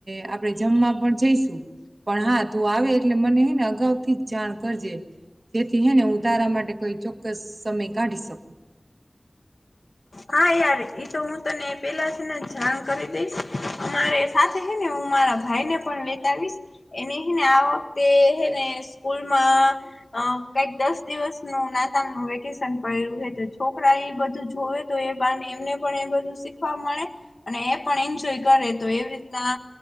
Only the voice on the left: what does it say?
હા યાર ઈ તો હું તને પેલાથી ને જાણ કરી દઈશ અમારે સાથે હે ને હું મારા ભાઈને પણ લેત આવીશ એને હે ને આ વખતે હેને સ્કૂલમાં અ કંઈક દસ દિવસનું નાતાલનું વેકેશન પડ્યું હે તો છોકરા એ બધું જોવે તો એ બાને એમને પણ એ બધું શીખવા મળે અને એ પણ એન્જોય કરે તો એવી રીતના